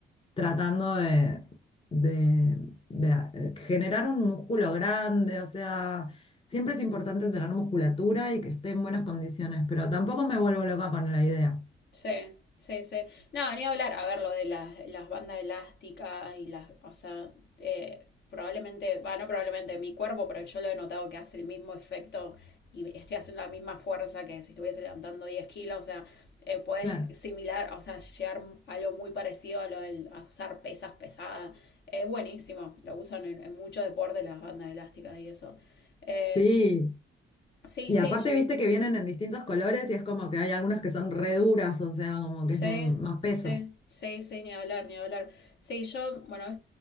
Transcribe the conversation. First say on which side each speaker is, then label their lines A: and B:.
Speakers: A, on the left (about 25°); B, on the left (about 60°).
A: tratando de, de- de a- eh, generar un músculo grande, o sea, siempre es importante tener musculatura y que esté en buenas condiciones, pero tampoco me vuelvo loca con la idea.
B: Sí, sí, sí. No, ni hablar. A ver, lo de las, las bandas elásticas y las. O sea, eh, probablemente. Va, no probablemente mi cuerpo, pero yo lo he notado que hace el mismo efecto y estoy haciendo la misma fuerza que si estuviese levantando 10 kilos. O sea, eh, puedes
A: Claro.
B: similar, o sea, llegar a lo muy parecido a lo del a usar pesas pesadas. Es buenísimo. Lo usan en, en muchos deportes las bandas elásticas y eso. Eh,
A: Sí.
B: sí,
A: Y
B: sí,
A: aparte, viste que vienen en distintos colores y es como que hay algunas que son re duras, o sea, como
B: Sí,
A: que es m- más
B: sí,
A: peso.
B: sí, sí, ni hablar, ni hablar. Sí, yo, bueno,